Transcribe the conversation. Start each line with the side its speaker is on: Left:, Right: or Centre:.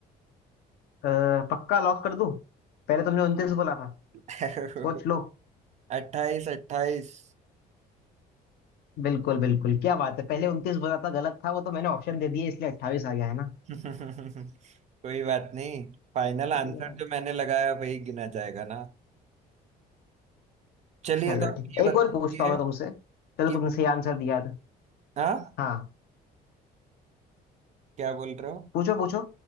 Left: अ, पक्का लॉक कर दूं पहले तुमने उनतीस बोला था
Right: <laughs>
Left: सोच लो
Right: अट्ठाईस अट्ठाईस
Left: बिल्कुल बिल्कुल क्या बात है पहले उनतीस बोला था गलत था वो तो मैंने ऑप्शन दे दिए इसलिए 28 आ गया है ना
Right: <laughs> कोई बात नहीं फाइनल आंसर
Left: बढ़िया बढ़िया।
Right: जो मैंने लगाया वही गिना जाएगा ना चलिए
Left: चलो
Right: तो आप
Left: ठीक
Right: ये
Left: एक
Right: बता
Left: और
Right: दीजिए
Left: पूछता हूँ मैं तुमसे चलो
Right: कि
Left: तुमने सही आंसर दिया था
Right: हाँ
Left: हाँ
Right: क्या बोल रहे हो
Left: पूछो पूछो